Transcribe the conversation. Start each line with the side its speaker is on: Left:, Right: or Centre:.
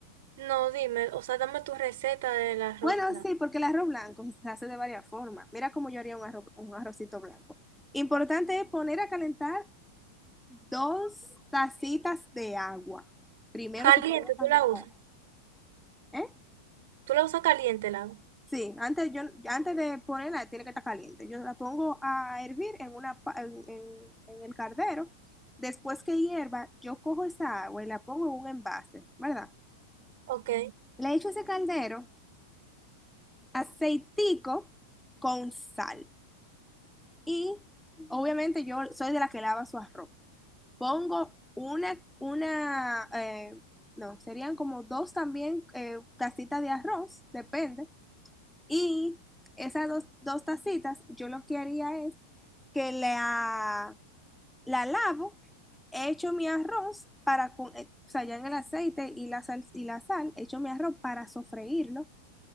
Right: No, dime, o sea, dame tu receta del arroz
Centre: Bueno,
Right: blanco.
Centre: sí, porque el arroz blanco se hace de varias formas. Mira cómo yo haría un arro- un arrocito blanco. Importante es poner a calentar dos tacitas de agua. Primero
Right: Caliente,
Centre: se ponen a
Right: tú
Centre: calentar.
Right: la usas.
Centre: ¿Eh?
Right: Tú la usas caliente, el agua.
Centre: Sí, antes, yo, antes de ponerla tiene que estar caliente. Yo la pongo a hervir en, una, pa- en, en- en el cardero. Después que hierva, yo cojo esa agua y la pongo en un envase, ¿verdad?
Right: Ok.
Centre: Le echo ese caldero aceitico con sal. Y obviamente yo soy de la que lava su arroz. Pongo una, una, eh, no, serían como dos también eh, tacitas de arroz, depende. Y esas dos, dos tacitas, yo lo que haría es que la, la lavo, echo mi arroz para, con- eh, o sea, ya en el aceite y la sal, y la sal, echo mi arroz para sofreírlo.